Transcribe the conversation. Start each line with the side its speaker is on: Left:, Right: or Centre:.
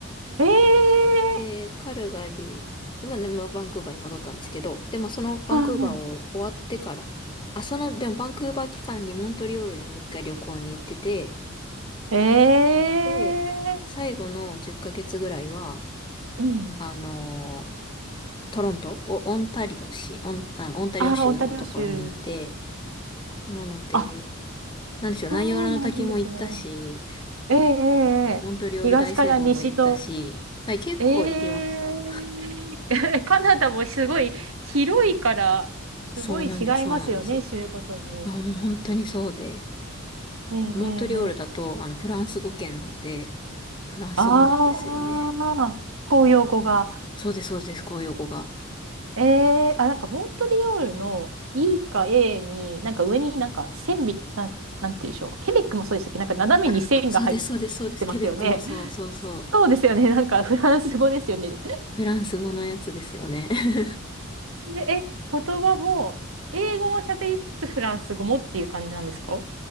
Right: ええ
Left: で、カルガリー、まあ、まあバンクーバーに戻ったんですけど、で、まあ、そのバンクーバーを終わってから、
Right: ーは
Left: あ、その、でもバンクーバー期間にモントリオールにも一回旅行に行ってて、
Right: い。ええ
Left: で、最後の10ヶ月ぐらいは、
Right: ーうん。
Left: あのートロント、おオンタリオ市、オン、あ、オンタリオ州のところにいて、
Right: ああ、オンタリオ州。
Left: なので、
Right: あ、
Left: なんでしょう、
Right: そうなんですね。
Left: ナイアガラの滝も行ったし、
Right: ええええええ東から西と。
Left: モントリオール大聖堂も行ったし、はい、結構行きました。
Right: ええ <laughs> カナダもすごい広いから、
Left: そうなんです、
Right: すごい違いますよね、
Left: そうなんです。
Right: 州ごとに。
Left: あ、もう本当にそうで。
Right: えええええ
Left: モントリオールだと、あの、フランス語圏なんで、フランス語なんですよね。
Right: ああ、公用語が。
Left: そうです、そうです、公用語が。
Right: ええあ、なんかモントリオールの E か A に、なんか上になんか線み、なん、なんていうんでしょう。ケベックもそうでしたっけなんか斜めに線が入っ
Left: あ、そうです、そうです、そうです。
Right: てますよね。
Left: ケベックもそう、そうそう。
Right: そうですよね。なんかフランス語ですよね。
Left: フランス語のやつですよね。<laughs>
Right: えええ、言葉も、英語も喋りつつフランス語もっていう感じなんですか